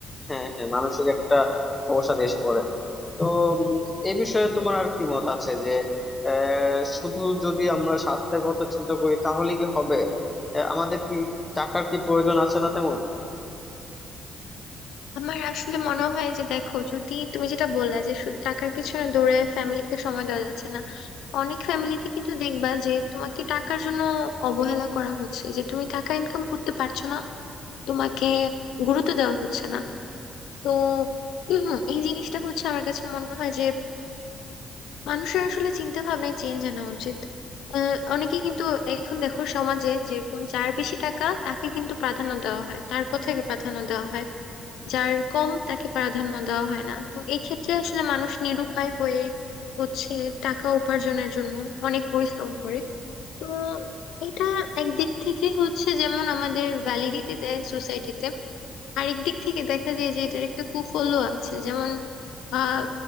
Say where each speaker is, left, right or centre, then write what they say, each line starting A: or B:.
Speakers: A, on the left; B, on the left.
A: হ্যাঁ হ্যাঁ মানসিক একটা অবসাদ এসে পড়ে তো উম, এই বিষয়ে তোমার আর কি মত আছে যে আহ, শুধু যদি আমরা স্বাস্থ্যের কথা চিন্তা করি তাহলে কি হবে আহ, আমাদের কি টাকার কি প্রয়োজন আছে না তেমন
B: আমার আসলে মনে হয় যে দেখো যদি তুমি যেটা বললা যে শুধু টাকার পিছনে দৌড়ে ফ্যামিলিকে সময় দেওয়া যাচ্ছে না অনেক ফ্যামিলিতে কিন্তু দেখবা যে তোমাকে টাকার জন্য অবহেলা করা হচ্ছে যে তুমি টাকা ইনকাম করতে পারছো না তোমাকে গুরুত্ব দেওয়া হচ্ছে না তো হুম এই জিনিসটা হচ্ছে আমার কাছে মনে হয় যে মানুষের আসলে চিন্তা ভাবনায় চেঞ্জ আনা উচিত আহ, অনেকে কিন্তু এখন দেখো সমাজে যেরকম যার বেশি টাকা তাকে কিন্তু প্রাধান্য দেওয়া হয় তার কথাকে প্রাধান্য দেওয়া হয় যার কম তাকে প্রাধান্য দেওয়া হয় না তো এক্ষেত্রে আসলে মানুষ নিরুপায় হয়ে হচ্ছে টাকা উপার্জনের জন্য অনেক পরিশ্রম করে তো এটা একদিক থেকে হচ্ছে যেমন আমাদের ভ্যালিডিটি দেয় সোসাইটিতে আরেক দিক থেকে দেখা যায় যে এটার একটা কুফলও আছে যেমন আহ